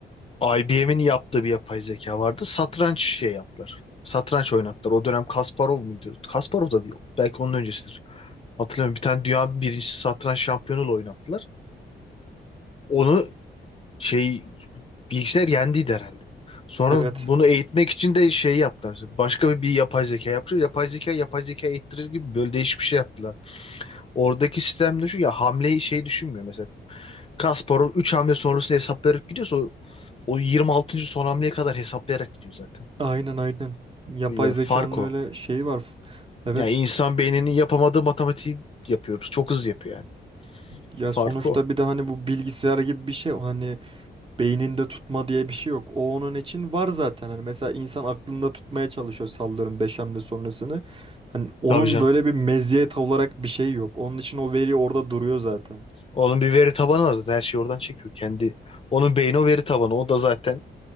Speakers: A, on the left; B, on the right.
A: IBM'in yaptığı bir yapay zeka vardı. Satranç şey yaptılar. Satranç oynattılar. O dönem Kasparov mu diyor? Kasparov da değil. Belki onun öncesidir. Hatırlamıyorum. Bir tane dünya birincisi satranç şampiyonuyla oynattılar. Onu şey Bilgisayar yendiydi herhalde. Sonra
B: Evet
A: bunu eğitmek için de şey yaptılar. Başka bir, bir yapay zeka yapıyor. Yapay zeka yapay zeka eğittirir gibi böyle değişik bir şey yaptılar. Oradaki sistem düşün ya hamleyi şey düşünmüyor mesela. Kasparov 3 hamle sonrasını hesaplayarak gidiyorsa o, o yirmi altıncı son hamleye kadar hesaplayarak gidiyor zaten.
B: aynen aynen yapay
A: Ya
B: zekanın
A: fark
B: öyle
A: o.
B: şeyi var. F- Evet
A: Ya insan beyninin yapamadığı matematiği yapıyoruz. Çok hızlı yapıyor yani.
B: Ya
A: Fark
B: sonuçta
A: o.
B: bir de hani bu bilgisayar gibi bir şey hani beyninde tutma diye bir şey yok. O onun için var zaten. Hani mesela insan aklında tutmaya çalışıyor sallıyorum 5 hamle sonrasını. Hani onun
A: Tabii canım.
B: böyle bir meziyet olarak bir şey yok. Onun için o veri orada duruyor zaten.
A: Onun bir veri tabanı var zaten. Her şeyi oradan çekiyor. Kendi onun beyni o veri tabanı. O da zaten